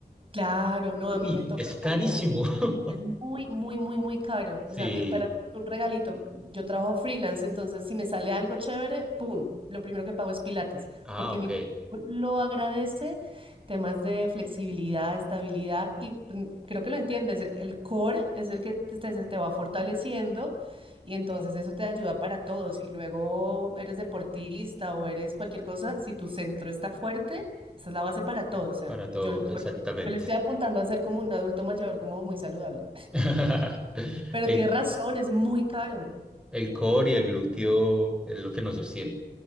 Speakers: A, on the right; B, in the centre.
A: Claro, no,
B: Uy,
A: a mí me toca
B: es carísimo.
A: como,
B: <laughs>
A: es muy, muy, muy, muy caro.
B: Sí.
A: O sea, a mí, para mí es un regalito. Yo trabajo freelance, entonces si me sale algo chévere, ¡pum! Lo primero que pago es Pilates,
B: Ah,
A: porque
B: ok.
A: mi cuerpo lo agradece, temas de flexibilidad, estabilidad, y pues, creo que lo entiendes, el, el core es el que te, te- se te va fortaleciendo y entonces eso te ayuda para todo. Si luego eres deportista o eres cualquier cosa, si tu centro está fuerte, esa es la base para todo. O sea,
B: Para todo,
A: yo...
B: exactamente.
A: Yo le estoy apuntando a ser como un adulto mayor, como muy saludable.
B: <laughs>
A: Pero
B: El,
A: tienes razón, es muy caro.
B: el core y el glúteo es lo que nos sostiene,